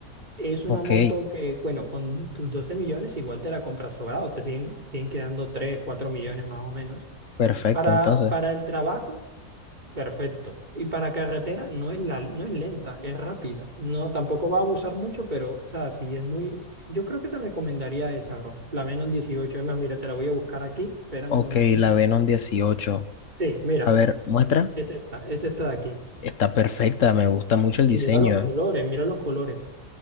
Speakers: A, on the right (about 30°); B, on the left (about 60°).
A: Es una
B: ok,
A: moto que, bueno, con tus 12 millones igual te la compras sobrado, te siguen, siguen quedando 3 4 millones más o menos.
B: perfecto.
A: Para,
B: Entonces,
A: para el trabajo, perfecto. Y para carretera no es, la, no es lenta, es rápida. No, tampoco va a abusar mucho, pero, o sea, sí es muy... Yo creo que te recomendaría esa, bro. La menos dieciocho Es más, mira, te la voy a buscar aquí. Espérame
B: ok,
A: un momentico.
B: la Venom dieciocho
A: Sí, mira,
B: A ver, muestra.
A: es esta, es esta de aquí.
B: Está perfecta, me gusta mucho el
A: Y
B: diseño.
A: mira los colores,
B: eh.
A: mira los colores.